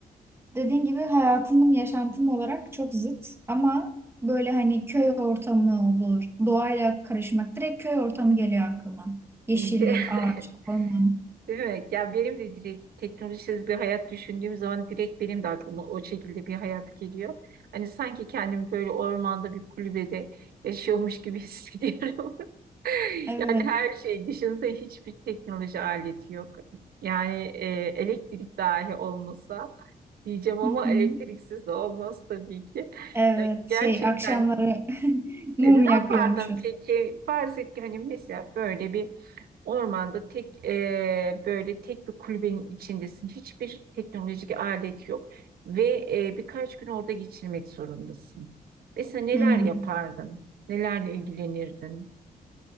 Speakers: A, on the right; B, on the right.
A: Dediğin gibi hayatımın yaşantım olarak çok zıt ama böyle hani köy ortamı olur. Doğayla karışmak direkt köy ortamı geliyor aklıma. Yeşillik,
B: İyi de
A: ağaç,
B: <laughs>
A: orman.
B: Değil mi? Ya benim de direkt teknolojisiz bir hayat düşündüğüm zaman direkt benim de aklıma o şekilde bir hayat geliyor. Hani sanki kendimi böyle ormanda bir kulübede yaşıyormuş gibi <laughs> hissediyorum.
A: Evet.
B: Yani her şey düşünsene hiçbir teknoloji aleti yok. Yani e, elektrik dahi olmasa diyeceğim ama
A: Hı hı.
B: elektriksiz de olmaz tabii ki.
A: Evet,
B: Ya gerçekten
A: şey akşamları <laughs> mum
B: e, ne
A: yakıyormuşuz.
B: yapardın peki? Farz et ki hani mesela böyle bir ormanda tek e, böyle tek bir kulübenin içindesin. Hiçbir teknolojik alet yok ve e, birkaç gün orada geçirmek zorundasın. Mesela neler
A: Hmm.
B: yapardın? Nelerle ilgilenirdin?